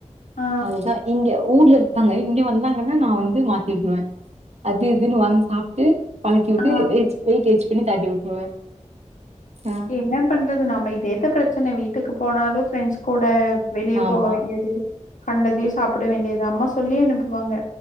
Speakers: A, on the left; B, on the right.
A: ஆ ஆ
B: அதுதா இங்க ஊர்ல இரு இருக்காங்க இங்க வந்தாங்கன்னா நா வந்து மாத்தி விட்ருவ அது இதுன்னு வாங்கி சாப்ட்டு பழக்கி விட்டு
A: ஆ.
B: வெயி வெய்ட் வச் பண்ணி தாட்டி விட்ருவ ம்
A: என்ன பண்றது நம்ம இதேதா பிரச்சன வீட்டுக்கு போனாலு ஃபிரெண்ட்ஸ் கூட வெளிய
B: ஆமா
A: போக வேண்டியது கண்டதையு சாப்ட வேண்டியது அம்மா சொல்லியே அனுப்புவாங்க